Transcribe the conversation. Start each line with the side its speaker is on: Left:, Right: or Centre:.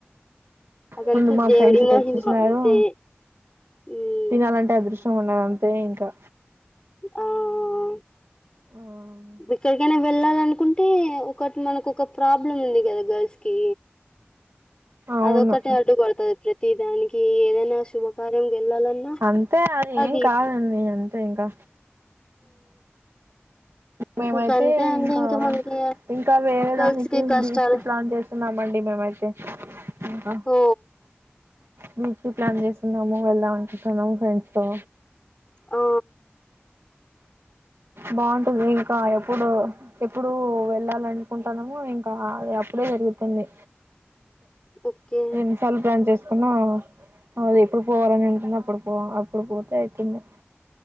Left: అదంతా
Right: ముందు మా
Left: దేవుడి
Right: ఫ్రెండ్స్
Left: మహిమ
Right: తెచ్చిచ్చినారు
Left: అంతే మ్మ్
Right: తినాలంటే అదృష్టం ఉండాల టే ఇంకా
Left: ఆ ఆ ఆ
Right: ఆ
Left: వేక్కడికైనా వెళ్ళాలనుకుంటే ఒకటి మనకు ఒక ప్రాబ్లం ఉంది కదా గర్ల్స్ కి అదొక్కటే
Right: అవును
Left: అడ్డు పడుపడతాది ప్రతి దానికి ఏదైనా <unintelligible> శుభకార్యం గెల్లలన్నా
Right: అంతే
Left: అది
Right: ఏం కాదండి
Left: ఇది
Right: అంతే ఇంకా మేమైతే
Left: ఇంక అంతే అండి
Right: ఇంకా
Left: మనకి
Right: ఇంకా వేరే
Left: గర్ల్స్
Right: దానికి
Left: కి కష్టాలు
Right: బీచ్కి ప్లాన్ చేస్తున్నామండి. మేమైతే ఇంకా
Left: ఓ
Right: బీచ్కి ప్లాన్ చేస్తున్నాము వెళ్దాం అనుకుంటున్నాము ఫ్రెండ్స్ తో
Left: ఆ
Right: బావుంటాది ఇంకా ఎప్పుడు ఎప్పుడు వెళ్ళాల్ అనుకుంటానమో ఇంకా అది అప్పుడే జరుగుతుంది.
Left: ఓకే
Right: ఎన్ని సార్లు ప్లాన్ చెస్ నా అ ఎప్పుడు పోవాలని ఉంటుంది అప్పుడు పోవ అప్పుడు పోతే అయితుండే